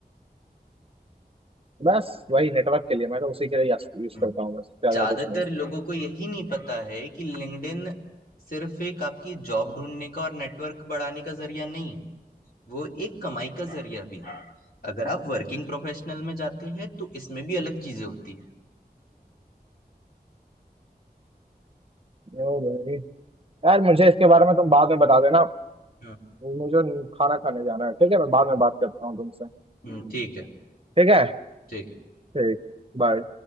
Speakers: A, on the right; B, on the left.
A: बस वही नेटवर्क के लिए मैं तो उसी के लिए यूज
B: हम्म,
A: करता हूँ बस ज्यादा
B: ज्यादातर
A: कुछ नहीं
B: लोगों को यही नहीं पता है कि लिंक्डइन सिर्फ एक आपकी जॉब ढूंढने का और नेटवर्क बढ़ाने का जरिया नहीं है वो एक कमाई का जरिया भी है अगर आप वर्किंग प्रोफेशनल में जाते हैं तो इसमें भी अलग चीजें होती
A: ओ भाई यार मुझे इसके बारे में तुम बाद में बता देना
B: है
A: मुझे खाना खाने जाना है ठीक है मैं बाद में बात करता हूँ तुमसे
B: हम्म, ठीक है
A: ठीक है
B: ठीक है
A: ठीक बाय